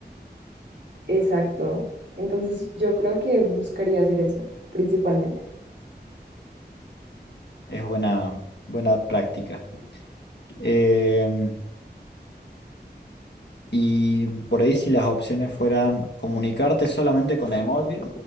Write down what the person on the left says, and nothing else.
Es buena, buena práctica. Eh, y por ahí si las opciones fueran comunicarte solamente con emojis